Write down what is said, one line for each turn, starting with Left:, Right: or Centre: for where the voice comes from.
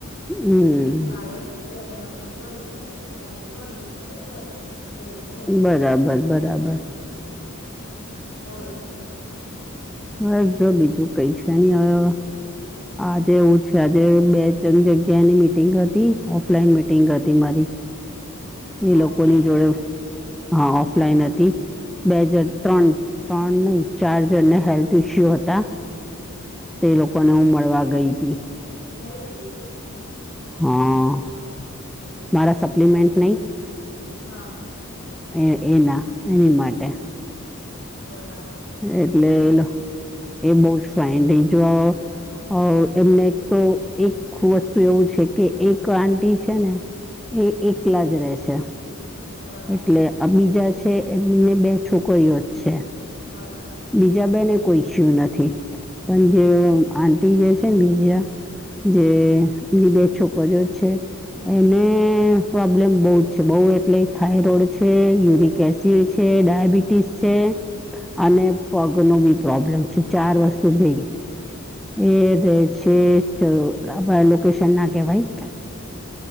Centre: હમ
Left: બીજું કાલે જયારે નવરી પડી ત્યારે નવરી પડીશ ત્યારે કરીશ. એવું છે બધું
Centre: બરાબર, બરાબર.
Left: બોલો બીજું.
Centre: બસ જો બીજું કઈ છે નહી હવે આજે એવું છે આજે બે ત્રણ જગ્યાની મિટિંગ હતી ઓફલાઈન મિટિંગ હતી મારી. એ
Left: ઓફલાઈન
Centre: લોકોની
Left: મિટિંગ
Centre: જોડે
Left: હતી
Centre: હા ઓફલાઈન હતી. બેજણ ત્રણ ત્રણ નહી ચાર જણને હેલ્થ ઇસ્યુ હતા તે લોકોને હું મળવા ગઈ તી.
Left: Health issue?
Centre: હા, મારા સપ્લિમેન્ટ નહીં.
Left: હા.
Centre: એ એના એની માટે.
Left: બરા
Centre: એટલે એ લો બહુ જ ફાઈન તે જો હો એમલે તો એક વસ્તુ એવું છે કે એક આંટી છે ને એ એકલા જ રહે છે.
Left: બરાબર
Centre: એટલે આ બીજા છે એમને બે છોકરીઓ જ છે.
Left: બરાબર.
Centre: બીજા બેને કોઈ ઈશ્યુ નથી પણ જે આટી જે છે ને બીજા જે ની બે છોકરીયો છે
Left: હમ
Centre: એને પ્રોબ્લેમ બહુજ છે બહ એટલે થાયરોઈડ છે યુરિક એસિડ છે ડાયાબિટીસ છે અને પગ નું બી પ્રોબ્લેમ છે
Left: ક્યાં
Centre: ચાર
Left: રે
Centre: વર્ષ
Left: છે
Centre: થી ભેગી એ જે છે કે બાર લોકેશન ના કેવાય.